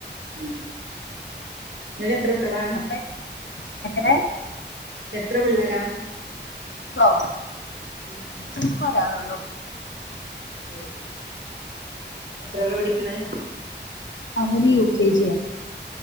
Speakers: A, on the right (about 75°); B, on the left (about 80°).
A: ഉം ങ്ങക്ക് എത്ര കുട്ടിയോളാ
B: അപ്പ എങ്ങനെ
A: എത്ര പിള്ളേരാ
B: ഇക്കോ
A: ഉം
B: ഇൻക്ക് ഒരാളൊള്ളൂ
A: ഏ അയ്ശരി എത്രല്ലാ പഠിക്ക്ണേ
B: അവന് യു കെ ജി യാ